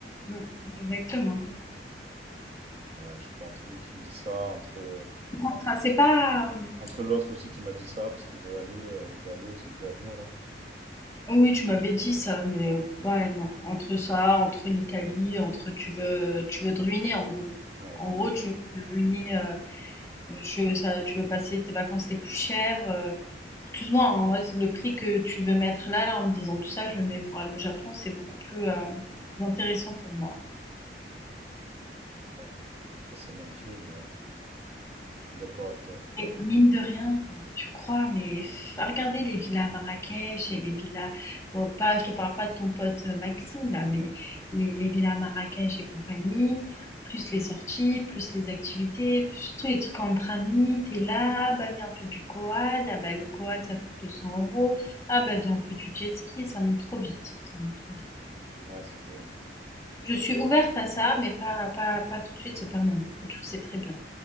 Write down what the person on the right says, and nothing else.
Ouais, je suis pas entre lui qui me dit ça, entre, euh,
entre l'autre aussi qui m'a dit ça, parce qu'il veut aller, euh, il va aller, celui qui va venir là.
Ouais,
vraiment.
Ouais, je sais pas si c'est le même prix, mais ouais, je suis d'accord avec toi.
Ouais, c'est vrai. hein.